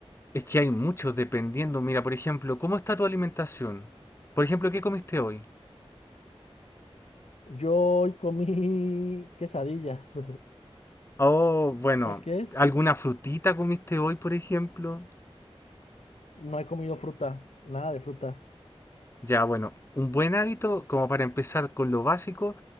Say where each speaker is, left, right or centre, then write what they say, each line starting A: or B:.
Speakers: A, on the left; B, on the left.
A: es que hay muchos dependiendo. Mira, por ejemplo, ¿cómo está tu alimentación? Por ejemplo, ¿qué comiste hoy?
B: Yo hoy comí <laughs> quesadillas.
A: Oh,
B: <laughs>
A: bueno,
B: ¿Sabes qué es?
A: ¿alguna frutita comiste hoy, por ejemplo?
B: No he comido fruta, nada de fruta.
A: Ya, bueno, un buen hábito, como para empezar con lo básico,